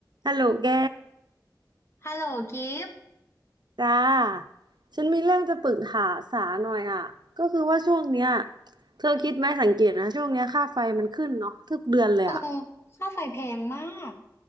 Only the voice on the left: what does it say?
ฮัลโหลกิฟต์
เออค่าไฟแพงมาก